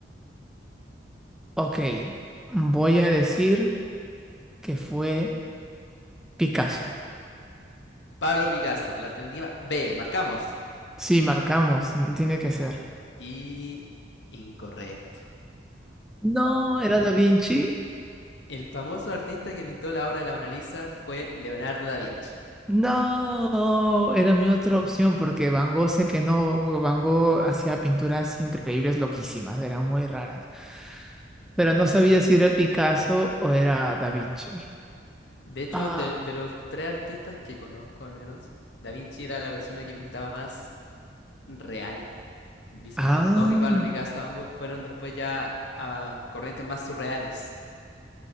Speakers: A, in the centre; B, on the left (about 65°).
A: Ok, voy a decir que fue Picasso.
B: Pablo Picasso, la alternativa B, marcamos.
A: Sí, marcamos, tiene que ser.
B: Y incorrecto.
A: No, era Da Vinci.
B: El famoso artista que pintó la obra de la Mona Lisa fue Leonardo da Vinci.
A: No, era mi otra opción porque Van Gogh sé que no, porque Van Gogh hacía pinturas increíbles, loquísimas, eran muy raras. Pero no sabía si era Picasso o era Da Vinci.
B: De hecho,
A: Ah,
B: de, de los tres artistas que conozco al menos, da Vinci era la persona que pintaba más real. Vincent
A: ah,
B: Van Gogh y Pablo Picasso ambos fueron después ya a corrientes más surreales.